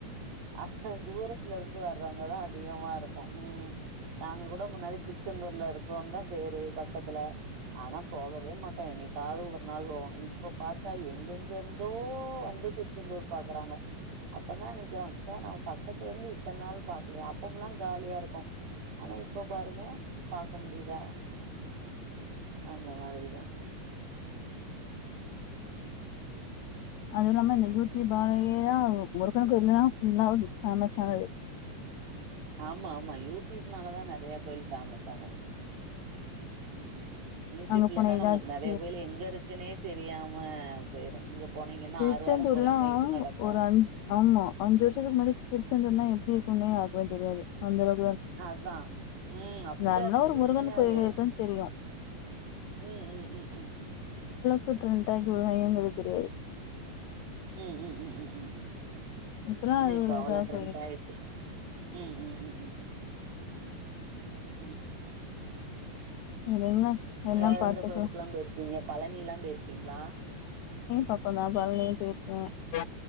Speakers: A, on the right; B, on the left.
A: ஆ தூரத்துலருந்து வரவங்கதா அதிகமா இருக்கு ம் நாங் இப்ப கூட முன்னாடி திருச்செந்தூர்ல இருக்குறோன்னு தா பேரு பக்கத்துல ஆனா போகவே மாட்டே என்னைக்காவது ஒரு நாள் போவோ இப்ப பாத்தா எங்கெங்கருந்தோ வந்து திருச்செந்தூர் பாக்குறாங்க அப்பதா நிக்கிற தா நாம பக்கத்துலருந்து இத்தன்னாள் பாக்கலயா அப்பம்லா காலியாருக்கு ஆனா இப்ப பாருங்க பாக்க முடியுதா அந்த மாதிரிதா
B: அதுயில்லாம இந்த யூடியூப்பாலேயேதா முருகனுக்கு <unintelligible> கொஞ்சமாவது ஃபேமஸ் ஆனது
A: ஆமா ஆமா யூடியூப்னாலதா நெறைய கோயில் பேமஸ் ஆனது ம் ம் யூடியூப்
B: அங்க
A: இல்லன்னா
B: போன ஏதாச்சு
A: நம்ளுக்கு நெறைய கோயில் எங்க இருக்குன்னே தெரியாம பொயிடு இங்க போனீங்கன்னா
B: திருச்செந்தூர்லா
A: ஆறுவாரம் போனீங்கன்னா இது நடக்கு
B: ஒரு அஞ்சு ஆமா அஞ்சு வருஷத்துக்கு முன்னாடி திருச்செந்தூர்னா எப்டி இருக்குன்னே யாருக்குமே தெரியாது அந்தளவுக்
A: அதுதா ம் அப்டிதா
B: நார்மலா
A: இருந்துது
B: ஒரு முருகன்
A: உண்மையாவே
B: கோயில் இருக்குன்னு தெரியு
A: ம் ம் ம் ம்
B: <unintelligible> இப்டிலா இருக்குங்றது தெரியாது
A: ம் ம் ம் ம் ம்
B: இப்பல்லா
A: இது
B: அது
A: இப்போ
B: ஒரு
A: அவ்ளோ
B: இதா
A: ட்ரெண்ட்
B: போயிடுச்சு
A: ஆய்ட்டு ம் ம் ம் ம் ம் ம் ம்
B: விடுங்க எல்லா
A: வேற
B: பாத்துக்கலா
A: எந்த கோயிலுக்கெல்லா பெய்ரிக்கீங்க பழனிலா பெய்ரிக்க்கீங்களா
B: பக்க தா பழனி பெய்ருக்கே